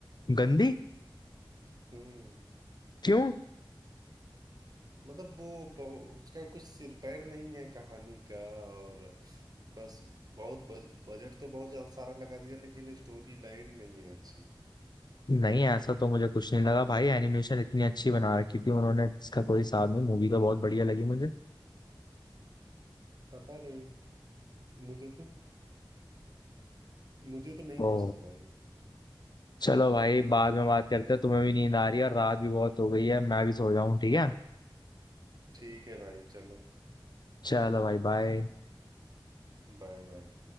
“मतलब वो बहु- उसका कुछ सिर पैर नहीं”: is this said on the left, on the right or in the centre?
Right